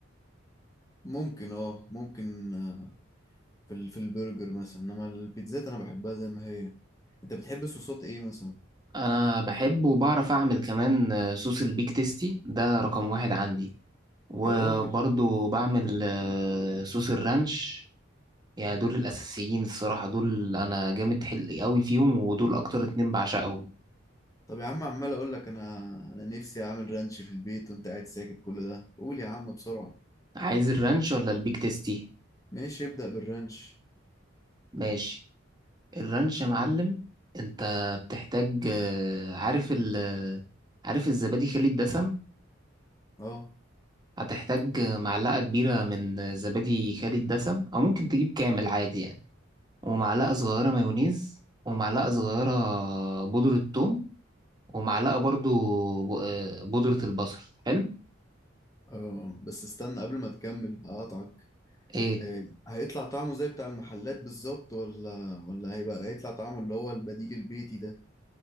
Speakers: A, on the left (about 15°); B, on the right (about 20°).
A: ممكن اه ممكن آه، في ال- في البرجر مثلا انما البيتزات انا بحبها زي ما هي انت بتحب صوصات ايه مثلا
B: أنا بحب وبعرف أعمل كمان آه، صوص البيك تيستي ده رقم واحد عندي وبرضو
A: يا راجل
B: بعمل آه، صوص الرانش يعني دول الأساسيين الصراحة دول أنا جامد حلقي قوي فيهم ودول أكتر اتنين بعشقهم
A: طب يا عم عمال اقول لك انا انا نفسي اعمل رانش في البيت وانت قاعد ساكت كل ده قول يا عم بسرعة
B: عايز الرانش ولا البيك تيستي
A: ماشي ابدأ بالرانش
B: ماشي الرانش يا معلم أنت بتحتاج آه، عارف ال آه، عارف الزبادي خالي الدسم
A: اه
B: هتحتاج آه، معلقة كبيرة من زبادي خالي الدسم أو ممكن تجيب كامل عادي يعني ومعلقة صغيرة مايونيز ومعلقة صغيرة بودرة ثوم ومعلقة برضو ب- آه، بودرة البصل حلو
A: اه آه. بس استنى قبل ما تكمل هقطعك
B: ايه
A: آه. هيطلع طعمه زي بتاع المحلات بالظبط ولا ولا هيبقى هيطلع طعمه اللي هو البديل البيتي ده